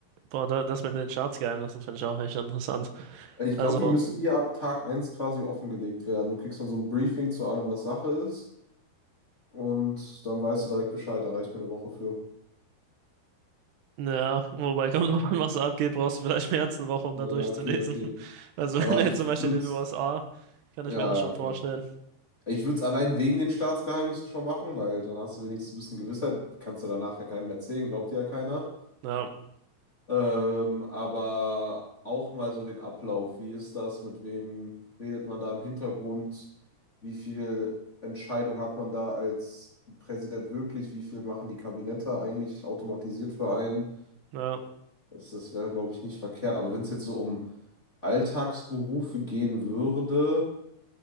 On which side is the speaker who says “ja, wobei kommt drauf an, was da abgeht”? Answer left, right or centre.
Right